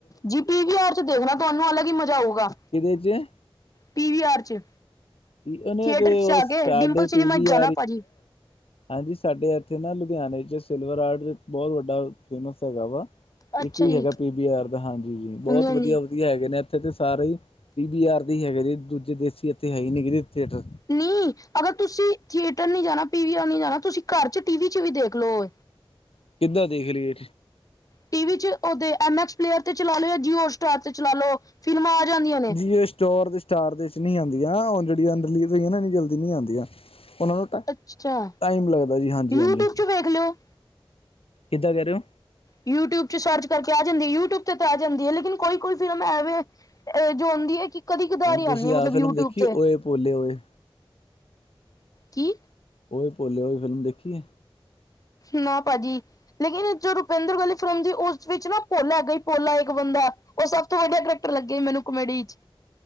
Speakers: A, on the left (about 40°); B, on the left (about 80°).
A: ਜੀ, ਪੀ ਵੀ ਆਰ ਚ ਦੇਖਣਾ ਤੁਹਾਨੂੰ ਅਲੱਗ ਹੀ ਮਜ਼ਾ ਆਊਗਾ,
B: ਕਿਹਦੇ ਚ
A: ਪੀਵ ਆਰ ਚ
B: ਉਹਨੇ
A: ਥੀਏਟਰ
B: ਤੇ
A: ਚ
B: ਉਹ
A: ਆ
B: ਸਾਡੇ
A: ਕੇ ਡਿੰਪਲ ਸਿਨੇਮਾ
B: <inaudible>
A: ਜਾਣਾ ਭਾਜੀ
B: ਹਾਂਜੀ, ਸਾਡੇ ਏਥੇ ਨਾ ਲੁਧਿਆਣੇ ਚ ਸਿਲਵਰ ਆਰਟ, ਬੋਤ ਵੱਡਾ ਫੇਮਸ ਹੈਗਾ ਵਾ
A: ਅੱਛਾ
B: ਇੱਕੋ ਹੀ
A: ਜੀ
B: ਹੈਗਾ, ਪੀ ਬੀ ਆਰ ਦਾ, ਹਾਂਜੀ ਜੀ, ਬੋਤ
A: ਹਾਂਜੀ ਹਾਂਜੀ
B: ਵਧੀਆ ਹੈਗੇ ਨੇ, ਇੱਥੇ ਤੇ ਸਾਰੇ ਹੀ ਪੀ ਬੀ ਆਰ ਦੇ ਹੈਗੇ, ਜ ਦੂਜੇ ਦੇਸੀ ਇੱਥੇ ਹੈ ਹੀ ਨ ਥੀਏਟਰ
A: ਨਹੀਂ, ਅਗਰ ਤੁਸੀਂ ਥੀਏਟਰ ਨੀ ਜਾਣਾ, ਪੀ ਵੀ ਆਰ ਨੀ ਜਾਣਾ, ਤੁਸੀਂ ਘਰ ਚ ਟੀ ਵੀ ਚ ਵੀ ਦੇਖ ਲਓ
B: ਕਿੱਦਾਂ ਦੇਖ ਲੀਏ
A: ਟੀ ਵੀ ਚ ਓਦੇ ਐਮ ਐਕਸ ਪਲੇਅਰ ਤੇ ਚਲਾ ਲੋ, ਜਾਂ ਜੀਓ ਹੋਟ ਸਟਾਰ ਤੇ ਚਲਾ ਲੋ, ਫਿਲਮਾਂ ਆ ਜਾਂਦੀਆਂ ਨੇ
B: ਜੀ ਸਟੋਰ ਦੇ ਸਟਾਰ ਦੇ ਵਿੱਚ ਨੀ ਆਂਦੀ, ਓ ਜੇਹੜੀਆਂ ਰੀਲੀਜ਼ ਹੋਈਆਂ ਐਨੀ ਜਲਦੀ ਨੀ ਆਂਦੀਆਂ, ਓਹਨਾਂ ਨੂੰ
A: ਅੱਛਾ
B: ਟਾਈਮ ਲੱਗਦਾ ਜੀ, ਹਾਂਜੀ-ਹਾਂਜੀ
A: ਯੂਟਿਊਬ 'ਚ ਵੇਖ ਲਿਓ
B: ਕਿੱਦਾਂ ਕੈਹ ਰਹੇ ਹੋ।
A: ਯੂਟਿਊਬ ਚ ਸਰਚ ਕਰਕੇ ਆ ਜਾਂਦੀ ਯੂਟਿਊਬ ਤੇ ਤੇ ਆ ਜਾਂਦੀ ਹੈ, ਲੇਕਿਨ ਕੋਈ-ਕੋਈ ਫਿਲਮ ਐਵੇਂ ਜੋ ਹੁੰਂਦੀ ਹੈ ਕਿ ਕਦੀ-ਕਦਾਰੀ
B: ਹੁਣ ਤੁਸੀਂ
A: ਆਂਦੀ ਆ, ਮਤਲਬ
B: ਆਹ ਫਿਲਮ
A: ਯੂਟਿਊਬ
B: ਦੇਖੀ
A: ਤੇ,
B: ਓਏ ਪੋਲੇ ਓਏ
A: ਕੀ?
B: ਓਏ ਭੋਲੇ ਓਏ, ਓ ਫਿਲਮ ਦੇਖੀ ਏ?
A: ਨਾ ਭਾਜੀ ਲੇਕਿਨ, ਜੋ ਰੁਪਿੰਦਰ ਗਾਂਧੀ ਫਿਲਮ ਓਸ ਵਿੱਚ ਨਾ ਭੋਲਾ ਹੈਗਾ, ਭੋਲਾ ਇੱਕ ਬੰਦਾ ਓ ਸਭ ਤੋਂ ਵਧੀਆ ਕਰੈਕਟਰ ਲੱਗੇ ਮੈਨੂੰ ਕਮੇਡੀ ਚ